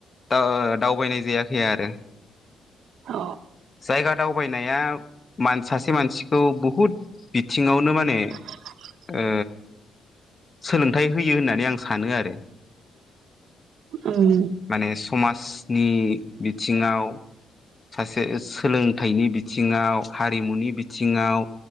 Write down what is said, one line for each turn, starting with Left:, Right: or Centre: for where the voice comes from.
Left: दा ओ दावबायनाय जायाखै आरो।
Right: अ
Left: जायगा दावबायनाया मान सासे मानसिखौ बहुद बिथिङावनो माने
Right: <inaudible>
Left: ओ सोलोंथाइ होयो होननानै आं सानो आरो।
Right: उम
Left: माने समाजनि बिथिङाव सासे सोलोंथाइनि बिथिङाव हारिमुनि बिथिङाव